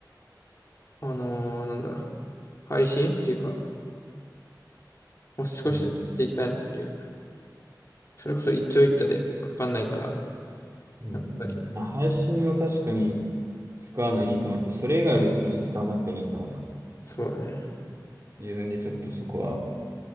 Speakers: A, on the left; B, on the right.
A: あのーなんだ、配信っていうか、もう少しずつしていきたいのっていう。
B: うん。
A: それこそ一長一短でかかんないから、
B: うんうんまあ配信は確かに
A: やっぱり、
B: 使うのいいと思うけど、それ以外は別に使わなくていいと思うね。
A: そうだね。
B: 自分でちょっとそこは、